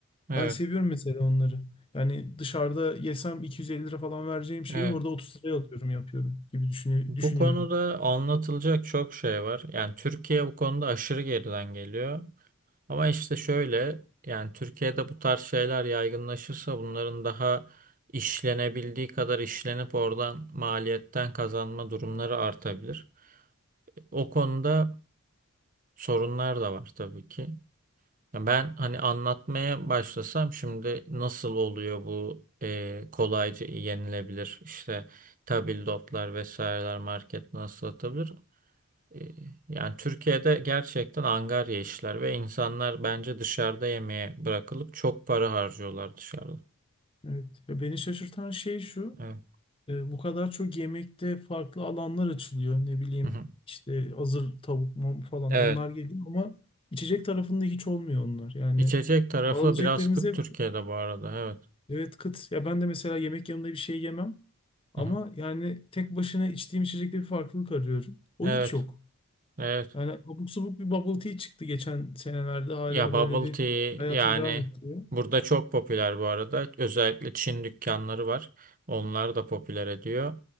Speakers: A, on the right; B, on the left.
A: Evet.
B: Ben seviyorum mesela onları. Yani dışarıda yesem 250 lira falan vereceğim şeyi
A: Evet.
B: orada 30 liraya alıyorum yapıyorum gibi düşünü-
A: Bu
B: düşünüyorum.
A: konuda anlatılacak çok şey var. Yani Türkiye bu konuda aşırı geriden geliyor. Ama işte şöyle yani Türkiye'de bu tarz şeyler yaygınlaşırsa bunların daha işlenebildiği kadar işlenip oradan maliyetten kazanma durumları artabilir. O konuda sorunlar da var tabii ki. Ya Ben hani anlatmaya başlasam şimdi nasıl oluyor bu e, kolayca yenilebilir işte tabldotlar vesaireler market nasıl atabilir? E, yani Türkiye'de gerçekten angarya işler ve insanlar bence dışarıda yemeğe bırakılıp çok para harcıyorlar dışarıda.
B: Evet. Ya beni şaşırtan şey şu.
A: Evet.
B: E, bu kadar çok yemekte farklı alanlar açılıyor. Ne bileyim
A: Hı hı.
B: işte hazır tavuk mam falan
A: Evet.
B: onlar geliyor ama içecek tarafında hiç olmuyor onlar. Yani
A: İçecek tarafı
B: alabileceklerimiz
A: biraz kıt
B: hep
A: Türkiye'de bu arada. Evet.
B: evet kıt. Ya ben de mesela yemek yanında bir şey yemem ama
A: Hı hı.
B: yani tek başına içtiğim içecekte bir farklılık arıyorum. O
A: Evet.
B: hiç yok.
A: Evet.
B: Yani abuk subuk bir bubble tea çıktı geçen senelerde hala
A: Ya bubble
B: böyle bir
A: tea
B: hayatını
A: yani
B: devam ettiriyor.
A: burada çok popüler bu arada. Özellikle Çin dükkanları var. Onlar da popüler ediyor.